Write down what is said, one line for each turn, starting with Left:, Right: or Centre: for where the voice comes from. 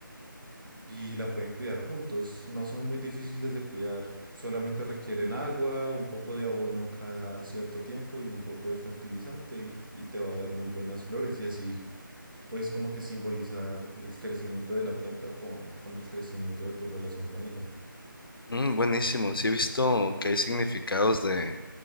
Right: y la pueden cuidar juntos. No son muy difíciles de cuidar, solamente requieren agua, un poco de abono cada cierto tiempo y un poco de fertilizante y, y te va a dar muy buenas flores y así puedes como que simbolizar el crecimiento de la planta con, con el crecimiento de tu relación con ella.
Left: Mm, buenísimo. Sí he visto que hay significados de